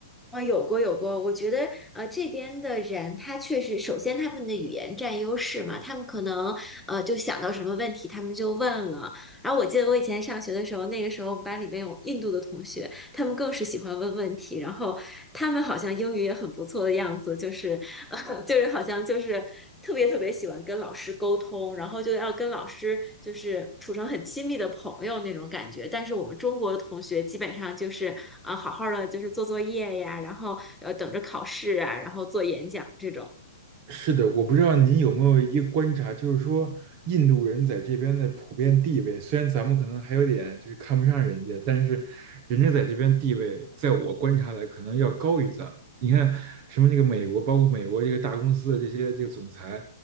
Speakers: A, in the centre; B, on the right.
A: 啊，有过有过，我觉得呃这边的人他确实，首先他们的语言占优势嘛，他们可能呃就想到什么问题他们就问了。然后我记得我以前上学的时候，那个时候我们班里面有印度的同学，他们更是喜欢问问题，然后他们好像英语也很不错的样子，就是 <laughs> 呃就是好像就是特别特别喜欢跟老师沟通，然后就要跟老师就是处成很亲密的朋友那种感觉。但是我们中国的同学基本上就是啊，好好的就是做作业呀，然后呃等着考试啊，然后做演讲这种。
B: 是的，我不知道您有没有一个观察，就是说印度人在这边的普遍地位，虽然咱们可能还有点就是看不上人家，但是人家在这边地位，在我观察来可能要高于咱们。你看什么那个美国，包括美国这个大公司的这些这个总裁，